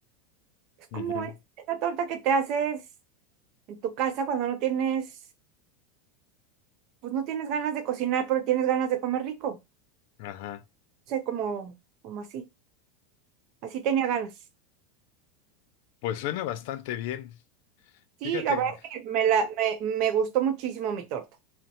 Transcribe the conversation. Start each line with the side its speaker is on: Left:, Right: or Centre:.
Right: Es como
Left: Ujú.
Right: es- esta torta que te haces en tu casa cuando no tienes, pues no tienes ganas de cocinar, pero tienes ganas de comer rico.
Left: Ajá.
Right: O sea, como, como así. Así tenía ganas.
Left: Pues suena bastante bien.
Right: Sí,
Left: Fíjate.
Right: la verdad es que me, la, me, me gustó muchísimo mi torta.